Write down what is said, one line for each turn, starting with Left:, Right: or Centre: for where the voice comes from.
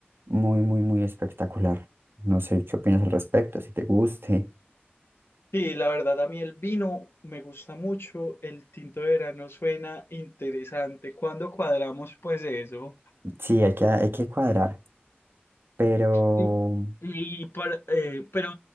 Right: muy, muy, muy espectacular. No sé qué opinas al respecto, si te guste.
Left: Sí, la verdad, a mí el vino me gusta mucho, el tinto de verano suena interesante. ¿Cuándo cuadramos pues eso?
Right: Sí, hay que, hay que cuadrar, pero
Left: Y, y para- eh, pero